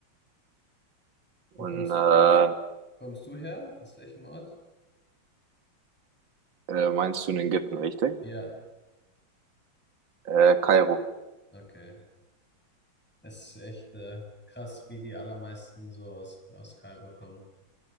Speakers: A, in the centre; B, on the right.
A: Wo
B: Und
A: kommst,
B: äh,
A: kommst du her? Aus welchem Ort?
B: äh, meinst du in Ägypten, richtig?
A: Ja,
B: Äh, Kairo.
A: okay. Es ist echt äh, krass, wie die allermeisten so aus, aus Kairo kommen.